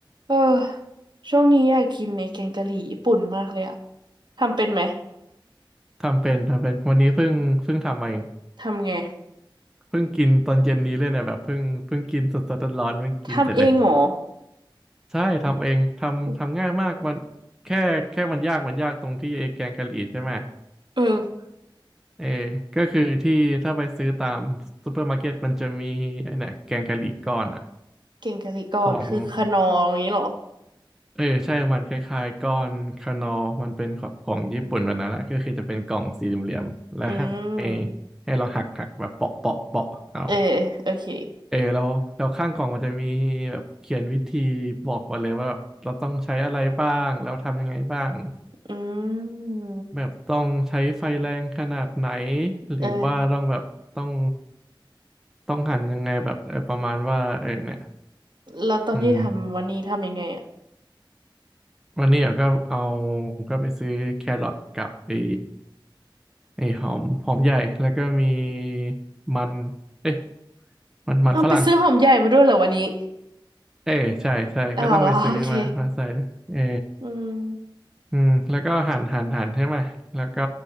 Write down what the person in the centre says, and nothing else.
ทำเป็นทำเป็นวันนี้เพิ่งเพิ่งทำมาเอง
เพิ่งกินตอนเย็นนี้เลยเนี่ยแบบเพิ่งเพิ่งกินสดๆร้อนๆเพิ่งกินเสร็จเลย
ใช่ทำเองทำทำง่ายมากมัน
แค่แค่มันยากมันยากตรงที่ไอ้แกงกะหรี่ใช่ไหม
เออก็คือที่ถ้าไปซื้อตามซูเปอร์มาร์เก็ตมันจะมีไอ้เนี่ยแกงกะหรี่ก้อนอ่ะ
ของเออใช่มันคล้ายๆก้อนคานอมันเป็นของของญี่ปุ่นแบบนั้นนะก็คือจะเป็นกล่องสี่เหลี่ยมๆและให้
ให้เราหักหักแบบเปาะเปาะเปาะเอา
เออเราเราข้างกล่องมันจะมีแบบเขียนวิธีบอกมาเลยว่าแบบเราต้องใช้อะไรบ้างแล้วทำยังไงบ้าง
แบบต้องใช้ไฟแรงขนาดไหนหรือว่าต้องแบบต้อง
ต้องหั่นยังไงแบบเออประมาณว่าเออเนี่ย
อืมวันนี้เราก็เอาก็ไปซื้อแครอทกับไอ้ไอ้หอมหอมใหญ่แล้วก็มีมันเอ๊ะมันมันฝรั่ง
เออใช่ใช่ก็ต้องไปซื้อมามาใส่เออ
อืมแล้วก็หั่นหั่นหั่นใช่ไหมแล้วก็